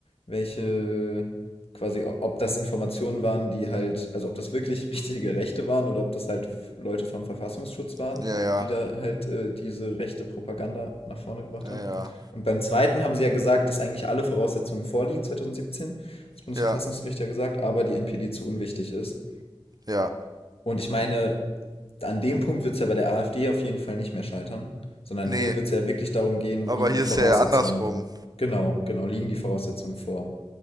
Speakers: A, on the left; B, on the right.
A: welche quasi, ob das Informationen waren, die halt, also ob das wirklich <laughs> richtige Rechte waren oder ob das halt Leute vom Verfassungsschutz waren,
B: ja, ja,
A: die da halt äh, diese rechte Propaganda nach vorne gebracht
B: ja,
A: haben.
B: ja,
A: Und beim zweiten haben sie ja gesagt, dass eigentlich alle Voraussetzungen vorliegen, 2017, das Bundesverfassungsgericht
B: ja,
A: ja gesagt, aber die NPD zu unwichtig ist.
B: ja.
A: Und ich meine, an dem Punkt wird es ja bei der AfD auf jeden Fall nicht mehr scheitern, sondern
B: Nee,
A: hier wird es ja wirklich darum gehen,
B: aber
A: liegen
B: hier
A: die Voraussetzungen,
B: ist ja eher andersrum.
A: genau, genau, liegen die Voraussetzungen vor.